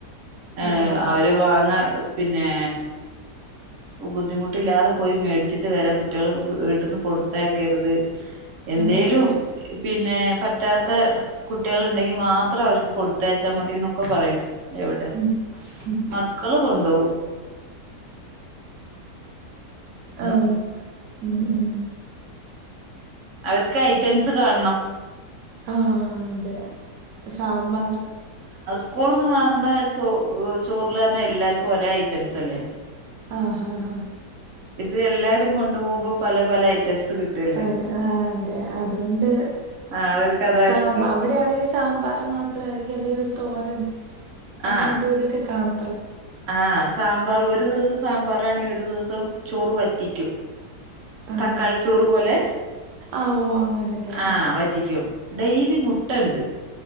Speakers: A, on the right; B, on the right.
A: ഏർ
B: അതെല്ലേ
A: അവര് വാങ്ങ പിന്നെ ബുദ്ധിമുട്ടില്ലാതെ പോയി മേടിച്ചിട്ട് വരാ കുട്ടികൾ വീട്ടിൽന്ന് കൊടുത്തയക്കരുത് എന്തേലും
B: ആ അതെ
A: പിന്നെ പറ്റാത്ത കുട്ടികൾ ഉണ്ടെങ്കി മാത്രം അവർക്ക് കൊടുത്തയച്ചാൽ മതി എന്നൊക്കെ പറയും എവിടെ
B: ഉം, ഉം.
A: മക്കള് കൊണ്ടോ
B: ആഹ
A: കൊണ്ടു
B: ഉ ഉ
A: അവർക്ക് ഐറ്റംസ് കാണണം
B: ആഹ അതെ സാമ്പാർ
A: സ്കൂളിൽ നിന്ന് വാങ്ങുന്ന ചോ ചോറിില തന്ന എല്ലാർക്കും ഒരേ ഐറ്റംസ് അല്ലേ
B: ആഹ് ആഹ്
A: ഇത് എല്ലാരും കൊണ്ടു പോോകുമ്പോ പല പല ഐറ്റംസ് കിട്ടല്ലേ
B: പറ ആ അതെ അതുകൊണ്ട്
A: ആ അവർക്ക് അതാ
B: സാ
A: ഇഷ്ടം
B: അവിടെയാണെങ്കിൽ സാമ്പാർ മാത്രാരിക്കും അല്ലെങ്കി ഒരു തോരൻ അങ്ങനെ
A: ആ
B: എന്തേലൊക്കെ കാണും.
A: ആഹ് സാമ്പാർ ഒരു ദിവസം സാമ്പാറാണേ ഒരു ദിവസം ചോറ് വ റ്റിക്കും
B: ആഹ്
A: തക്കാളി ചോറ് പോലെ
B: ആഹ് ഓ അങ്ങനത്തെ
A: ആഹ് വറ്റിക്കും ഡെയിലി മുട്ടയുണ്ട്.